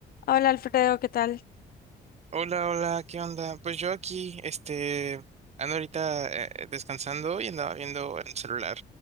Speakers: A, on the left; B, on the right.
A: Hola Alfredo, ¿qué tal?
B: Hola, hola, ¿qué onda? Pues yo aquí, este, ando ahorita eh, eh, descansando y andaba viendo en el celular.